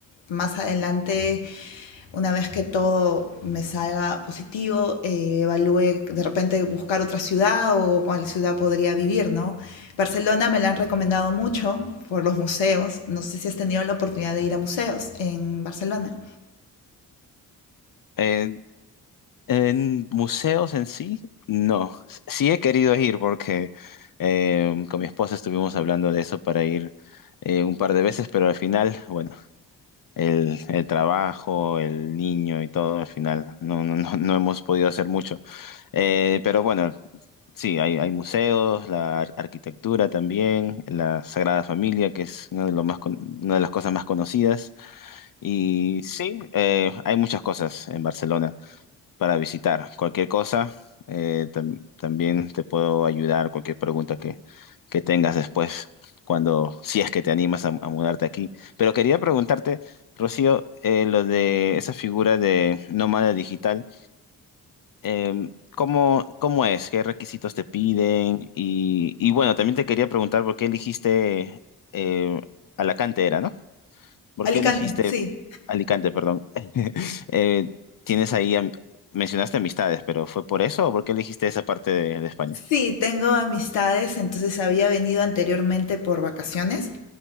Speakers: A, on the left; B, on the left.
A: más adelante, una vez que todo me salga positivo, eh, evalúe de repente buscar otra ciudad o cuál ciudad podría vivir, ¿no? Barcelona me la han recomendado mucho por los museos. No sé si has tenido la oportunidad de ir a museos en Barcelona.
B: Eh, en museos en sí, no. Sí he querido ir porque eh, con mi esposa estuvimos hablando de eso para ir eh, un par de veces, pero al final, bueno. el, el trabajo, el niño y todo, al final no, no, no, no hemos podido hacer mucho. Eh, pero bueno, sí, hay, hay museos, la ar- arquitectura también, la Sagrada Familia, que es uno de los más con- una de las cosas más conocidas. Y sí, eh, hay muchas cosas en Barcelona para visitar. Cualquier cosa, eh, tam- también te puedo ayudar, cualquier pregunta que, que tengas después, cuando, si es que te animas a, a mudarte aquí. Pero quería preguntarte, Rocío, eh, lo de esa figura de nómada digital, eh, ¿cómo, cómo es? ¿Qué requisitos te piden? Y, y bueno, también te quería preguntar por qué eligiste eh, Alacante, era, ¿no? ¿Por
A: Alicante,
B: qué elegiste
A: sí.
B: Alicante, perdón? <laughs> Eh, tienes ahí, am- mencionaste amistades, pero ¿fue por eso o por qué elegiste esa parte de, de España?
A: Sí, tengo amistades, entonces había venido anteriormente por vacaciones,